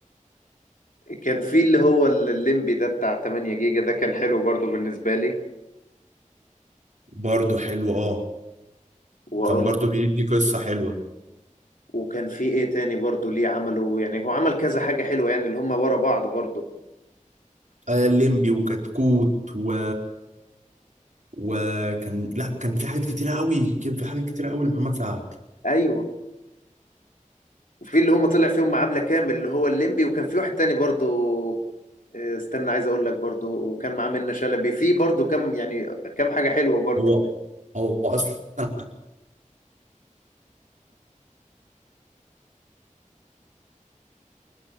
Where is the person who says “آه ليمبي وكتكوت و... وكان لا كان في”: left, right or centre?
Right